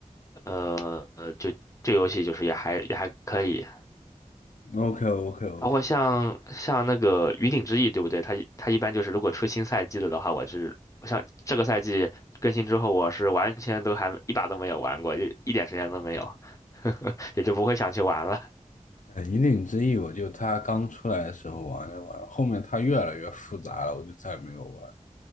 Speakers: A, on the left; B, on the left.
A: 呃，呃，就这游戏就是也还也还可以，
B: 的。OK OK OK，
A: 包括像像那个云顶之弈，对不对？它一它一般就是如果出新赛季了的话，我是像这个赛季更新之后，我是完全都还一把都没有玩过，就一点时间都没有，也就不会想去玩了。
B: 呃，引领之弈我就它刚出来的时候玩着玩，后面它越来越复杂了，我就再没有玩。